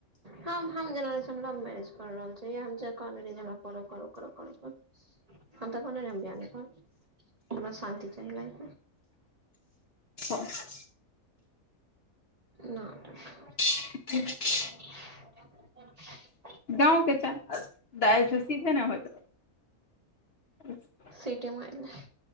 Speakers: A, on the right; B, on the left.
A: हम, हम जेना हम लव मैरेज कर रहल छियै हम कहने रही करब करब करब करब हम त कहने रहियै हम बियाह नैय करब हमरा शान्ति चाही लाइफमे।
B: सएह
A: नाटक।
B: <inaudible>
A: <inaudible>
B: गाँव के तेय दालि तऽ सीधे नैय होइत रहत। अच्छा।
A: सिटि मारलक।